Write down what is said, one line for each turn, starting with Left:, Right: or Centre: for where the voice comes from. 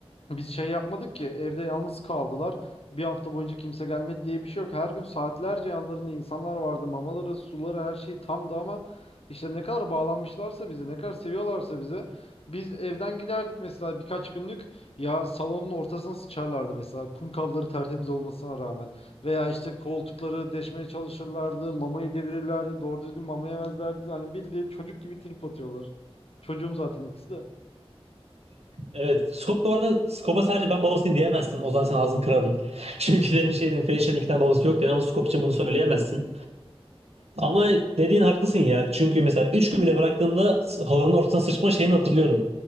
Left: Biz şey yapmadık ki evde yalnız kaldılar. Bir hafta boyunca kimse gelmedi diye bir şey yok. Her gün saatlerce yanlarında insanlar vardı. Mamaları, suları, her şey tamdı ama işte ne kadar bağlanmışlarsa bize, ne kadar seviyorlarsa bize. Biz evden giderdik mesela birkaç günlük ya salonun ortasına sıçarlardı mesela kum kapları tertemiz olmasına rağmen. Veya işte koltukları deşmeye çalışırlardı, mamayı devirirlerdi, doğru düzgün mama yemezlerdi. Hani bildiğin çocuk gibi trip atıyorlar. Çocuğum zaten ikisi de.
Right: Evet. Skop bu arada Skop'a sadece ben babasıyım diyemezsin. O zaman sen ağzını kırarım. <laughs> Çünkü demin şey dedim. Fenişir'in iki tane babası yok dedin ama Skop için bunu söyleyemezsin. Ama dediğin haklısın ya. Çünkü mesela 3 gün bile bıraktığımda s- halının ortasına sıçma şeyini hatırlıyorum.